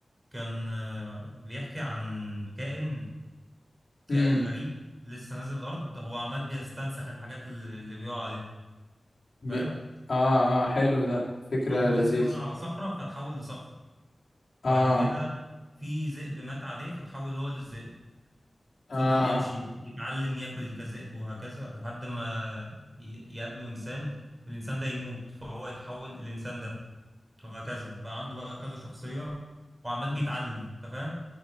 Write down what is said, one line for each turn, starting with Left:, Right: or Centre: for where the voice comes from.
Right: كان آه بيحكي عن كائن كائن
Left: امم
Right: غريب لسه نازل الارض هو عمال بيستنسخ الحاجات اللي اللي بيقع عليها
Left: بي-
Right: أنت فاهم
Left: اه اه حلو ده فكره
Right: اول ما
Left: لذيذه
Right: نزل وقع على صخره فتحول لصخره
Left: اه
Right: بعد كده في ذئب مات عليه فتحول هو للذئب
Left: اه
Right: فضل يمشي يتعلم ياكل كذئب وهكذا لحد ما ي- يقابله انسان الانسان ده يموت فهو يتحول للانسان ده وهكذا بقى عنده بقى كذا شخصية وعمال بيتعلم انت فاهم؟